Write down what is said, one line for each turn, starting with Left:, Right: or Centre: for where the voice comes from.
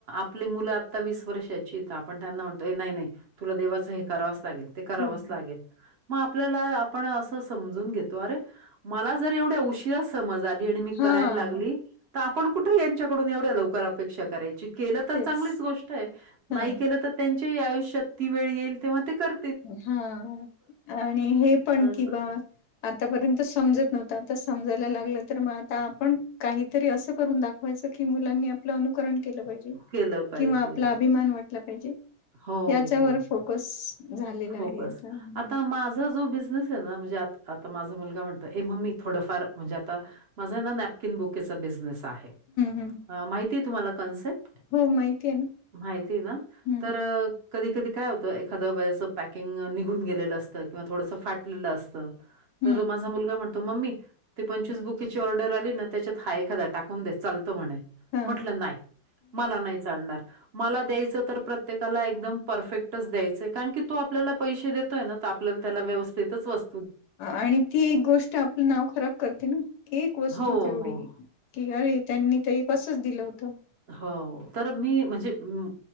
Right: आपली मुलं आत्ता वीस वर्षाची आपण त्यांना म्हणतो नाही नाही तुला देवाचं हे करावंच लागेल. ते करावंच
Left: हो हो.
Right: लागेल. मग आपल्याला आपण असं समजून घेतो अरे मला जर एवढे उशीरा समज आली आणि मी
Left: हा
Right: करायला लागली तर आपण कुठे यांच्याकडून एवढ्या लवकर अपेक्षा करायची. केलं तर
Left: तेच
Right: चांगलीच गोष्ट आहे
Left: हा
Right: नाही केलं तर त्यांची आयुष्यात ती वेळ येईल तेव्हा ते कर
Left: हा आणि हे पण
Right: असं
Left: कि ब आतापर्यंत समजत नव्हतं आता समजायला लागलं तर मग आता आपण काहीतरी असं करून दाख होयच की मुलांनी आपलं अनुकरण केलं पाहिजे
Right: केलं पाहिजे.
Left: किंवा आपला अभिमान वाट वाटला पाहिजे
Right: हो,
Left: याच्यावर
Right: हो.
Left: फोकस झालेला
Right: फोकस
Left: आहे आता हम्म
Right: आता माझा जो बिझनेस ना म्हणजे आता माझा मुलगा म्हणतं ए मम्मी थोडंफार म्हणजे आता माझा ना नॅपकिन बुकेचा बिझनेस आहे
Left: हम्म
Right: माहिती आहे तुम्हाला कन्सेप्ट?
Left: हो माहिती आहे ना
Right: माहितेय ना
Left: हम्म
Right: तर कधी कधी काय होतं एखादं वहीचं पॅकिंग निघून गेलेलं असतं किंवा थोडंसं फाटलेलं असतं. तर
Left: हम्म
Right: माझा मुलगा म्हण तू मम्मी ते पंचवीस बुकीची ऑर्डर आली ना त्याच्यात हा एखादा टाकून दे चालतो म्हणे.
Left: हा
Right: म्हटलं नाही मला नाही. चालणार मला द्यायचं तर प्रत्येकाला एकदम परफेक्टच द्यायचं आहे कारण की तो आपल्याला पैसे देतोय ना तर आपल्याला त्याला व्यवस्थितच वस
Left: आणि ती एक गोष्ट आपलं नाव खराब करते ना एक वस्तू
Right: हो,
Left: तेवढी
Right: हो.
Left: की अरे त्यांनी तर हे कसच दिलं होतं.
Right: हो तर मी म्हणजे अम्म